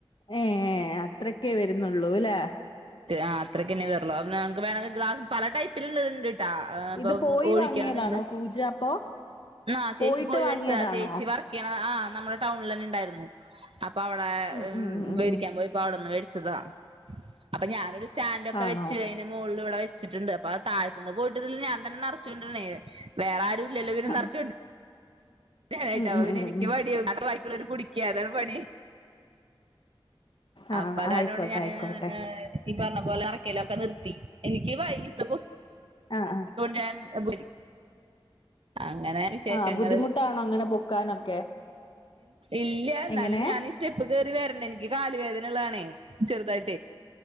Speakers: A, on the left (about 65°); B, on the right (about 80°).
A: ഏ ഏ അത്രക്കെ വരു ന്നുള്ളൂ ലെ
B: അ അത്രക്കന്ന വെറുള്ളുവേമെിൽ ഗ്ാസ് പലടപ്പ് വട്ടിലണ്ട്ട്ടാ അപ്പ
A: ഇത് പോയി
B: ഓയിക്കണത്ണ്ട്
A: വാങ്ങിയതാണോ കൂജ അപ്പൊ
B: ആ
A: പോയിട്ട്
B: ചേച്ചി പോയി
A: വാങ്ങിയതാണോ
B: മേടിച്ചതാ ചേച്ചി വർക്ക് ചെയ്യ ആ നമ്മുടെ ടൗണ തന്നെ ഉണ്ടായിരുന്നു അപ്പ അവിടെ
A: ഉം ഉം ഉം ഉം
B: മേടിക്കാൻ
A: ഉം
B: പോയിപ്പോ അവിടെ ച്ചതാ അപ്പൊ ഞാനരുസ് സ്റ്റാൻ് ഒക്കെ
A: ആണോ
B: വെച്ച് അതിന് മോൾല് വെച്ചിട്ടുണ്ട് അപ്പ താഴത്തു നിന്ന് കൂടുതൽ ഞാൻ തന്നെ നറച്ചുണ്ട രണെ വേറാരു
A: ആഹ്
B: നിറച്ചോണ്ട് ട്ടാ
A: ഉം ഉം
B: പിന്നെ
A: ഉം
B: എനിക്ക്
A: ഉം
B: പണിയ അത്തെ വായിക്കുള്ള ഒരു കുടിക്ക അതാണ് പണി
A: ആഹ്
B: അപ്പ അതാനോണ്ട്
A: ആയിക്കോട്ടെ
B: ഞാന്
A: ആയിക്കോട്ടെ
B: ഈ പറഞ്ഞ പോലെ ലൊക്കെ നിർത്തി എനിക്ക് വൈ ക
A: ആഹ് ആഹ്
B: ഞൻ <unintelligible> അങ്ങനെ വിശേഷങ്ങള്
A: ആഹ് ബുദ്ധിമുട്ടാണോ അങ്ങനെ പൊക്കാനൊക്കെ
B: ഇല്ല എന്നാലും
A: എങ്ങനെ
B: ഞാൻ സ്റ്റെപ്പ് കേറി വരണ്ടേ എനിക്ക് കാലുവേദനള്ളതാണേ ചെറുതായിട്ട്